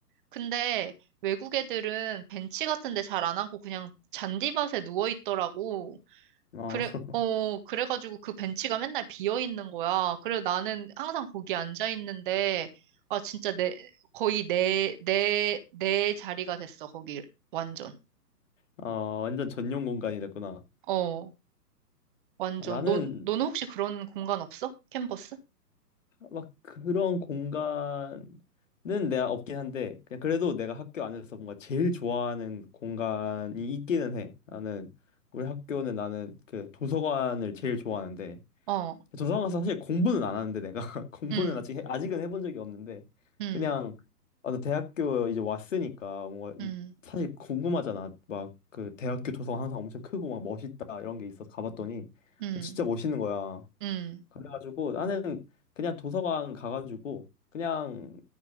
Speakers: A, on the right; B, on the left.
A: 근데 외국 애들은 벤치 같은 데 잘 안 하고 그냥 잔디밭에 누워 있더라고.
B: 어,
A: 그래,
B: <laughs>
A: 어, 그래가지고 그 벤치가 맨날 비어 있는 거야. 그래서 나는 항상 거기 앉아 있는데, 아, 진짜 내, 거의 내, 내, 내 자리가 됐어, 거기. 완전.
B: 어, 완전 전용 공간이 됐구나.
A: 어, 완전.
B: 아, 나는
A: 너, 너는 혹시 그런 공간 없어? 캔버스?
B: 막 그런 공간은 내가 없긴 한데 그냥 그래도 내가 학교 안에서 뭔가 제일 좋아하는 공간이 있기는 해. 나는 우리 학교는 나는 그 도서관을 제일 좋아하는데
A: 어,
B: 도서관 가서 사실 공부는 안 하는데 내가 <laughs> 공부는
A: 응,
B: 아직 해- 아직은 해본 적이 없는데
A: 응,
B: 그냥 아, 나 대학교 이제 왔으니까 뭔가 이-
A: 응,
B: 사실 궁금하잖아. 막 그 대학교 도서관 항상 엄청 크고 막 멋있다 이런 게 있어서 가봤더니
A: 응,
B: 진짜 멋있는 거야.
A: 응.
B: 그래가지고 나는 그냥 도서관 가가지고 그냥